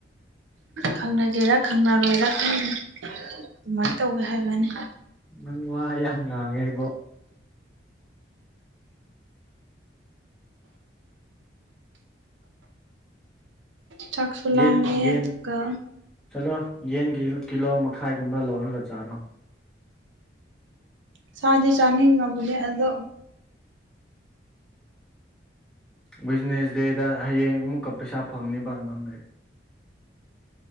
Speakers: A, on the right; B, in the centre.
A: ꯈꯪꯅꯒꯦꯔꯥ ꯈꯪꯅꯔꯣꯏꯔ ꯈꯪ <unintelligible> ꯑꯗꯨꯃꯥꯏꯅ ꯇꯧꯋꯦ ꯍꯥꯏꯕꯅꯤ
B: ꯅꯪ ꯋꯥ ꯌꯥꯝ ꯉꯥꯡꯉꯦ ꯑꯩꯕꯣ
A: ꯆꯥꯛꯁꯨ ꯂꯥꯝꯃꯦ
B: ꯌꯦꯟ ꯌꯦꯟ
A: ꯑꯗꯨꯒ
B: ꯆꯠꯂꯣ ꯌꯦꯟ ꯀꯤꯂꫭ ꯀꯤꯂꯣ ꯃꯈꯥꯏꯒꯨꯝꯕ ꯂꯧꯔꯒ ꯆꯥꯔꯣ
A: ꯆꯥꯗꯤ ꯆꯥꯅꯤꯡꯉꯕꯅꯦ ꯑꯗꯣ
B: ꯕꯤꯖꯤꯅꯦꯁ ꯗꯦꯗ ꯍꯌꯦꯡ ꯑꯃꯨꯛꯀ ꯄꯩꯁꯥ ꯐꯪꯅꯤꯕ ꯅꯪꯒꯤ-